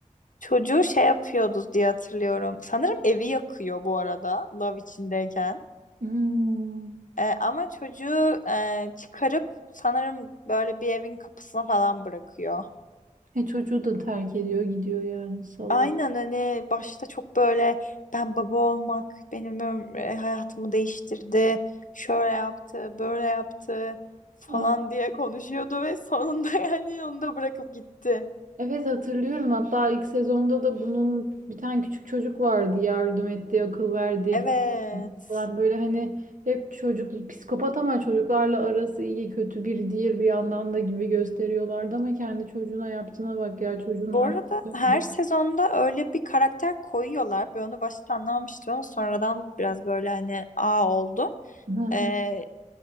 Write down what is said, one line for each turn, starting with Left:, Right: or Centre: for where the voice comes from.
Left: Çocuğu şey yapıyordu diye hatırlıyorum. Sanırım evi yakıyor bu arada Love içindeyken.
Right: Hmm.
Left: Ee, ama çocuğu e, çıkarıp sanırım böyle bir evin kapısına falan bırakıyor.
Right: E çocuğu da terk ediyor gidiyor yani salak.
Left: Aynen hani başta çok böyle ben baba olmak benim öm- e, hayatımı değiştirdi. Şöyle yaptı, böyle yaptı falan
Right: Aa.
Left: diye konuşuyordu ve sonunda <laughs> yani onu da bırakıp gitti.
Right: Evet hatırlıyorum. Hatta ilk sezonda da bunun bir tane küçük çocuk vardı yardım ettiği, akıl verdiği
Left: Evet.
Right: kitap falan böyle hani hep çocuk psikopat ama çocuklarla arası iyi kötü biri değil bir yandan da gibi gösteriyorlardı ama kendi çocuğuna yaptığına bak ya çocuğun
Left: Bu
Right: annesi
Left: arada
Right: öldü.
Left: her sezonda öyle bir karakter koyuyorlar. Ben onu başta anlamamıştım ama sonradan biraz böyle hani a oldu.
Right: <laughs>
Left: Ee,